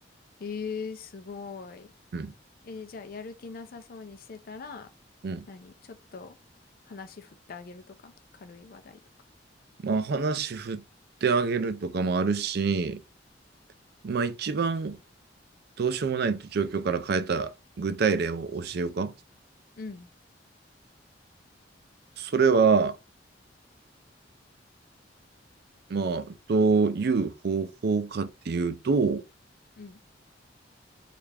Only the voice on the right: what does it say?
うん。
うん。
まあ話振ってあげるとかもあるし、まあ一番どうしようもないって状況から変えた具体例を教えようか。
それは、まあ、どういう方法かっていうと、